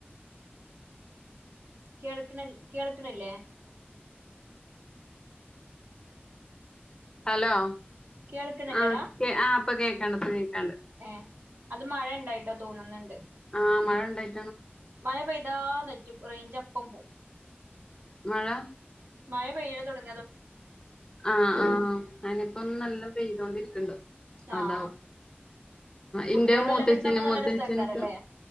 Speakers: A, on the right; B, on the left.
A: കേൾക്കണ് കേൾക്കണില്ലേ
B: ഹലോ
A: കേൾക്കണില്ലേടാ
B: ആഹ് കേ ഇപ്പൊ കേക്കാണ്ട് ഇപ്പൊ കേക്കാണ്ട്
A: ഏഹ് അത് മഴ ഉണ്ടായിട്ടോ തോന്നുന്നുണ്ട്
B: ആ മഴ ഉണ്ടായി
A: മഴ പെയ്താ നെറ്റും റേഞ്ചപ്പം പോവും
B: മഴ
A: മഴ പെയയില തുടങ്ങ
B: ആ ആ അയിനിപ്പൊ നല്ല പെയ്തൊണ്ടിരിക്കണ്ടോ അതാവും
A: ആഹ് കുട്ടികളും
B: ഇന്റെ മൂത്തച്ന്
A: എല്ലാരും ഉണ്ടാവുമ്പോ നല്ല
B: മൂത്തച്ച്ന്ക്ക്
A: രസാക്കാരല്ലേ